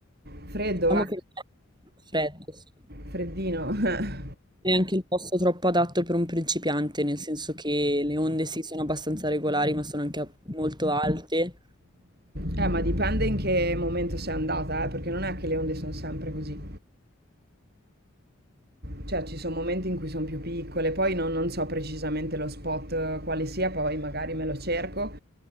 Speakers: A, on the right (about 50°); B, on the right (about 20°).
A: Freddo,
B: Diciamo
A: eh?
B: che è freddo, sì.
A: Freddino. <laughs>
B: È anche il posto troppo adatto per un principiante, nel senso che le onde sì sono abbastanza regolari, ma sono anche a- molto alte.
A: Eh, ma dipende in che momento sei andata, eh, perché non è che le onde sono sempre così. Cioè, ci sono momenti in cui sono più piccole, poi non, non so precisamente lo spot eh, quale sia, poi magari me lo cerco,